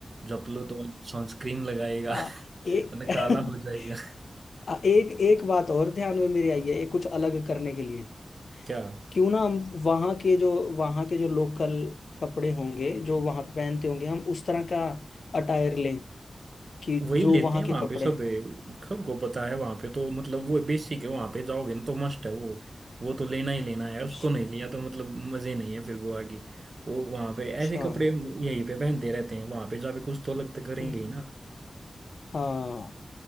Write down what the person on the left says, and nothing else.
हाँ,
एक <laughs>
एक एक बात और ध्यान में मेरी आई है एक कुछ अलग करने के लिए
क्यों ना हम वहाँ के जो वहाँ के जो लोकल कपड़े होंगे जो वहाँ पे पहनते होंगे हम उस तरह का अटायर लें कि
जो
वहाँ
के कपड़े
हैं
अच्छा
अच्छा,
हम्म,
हाँ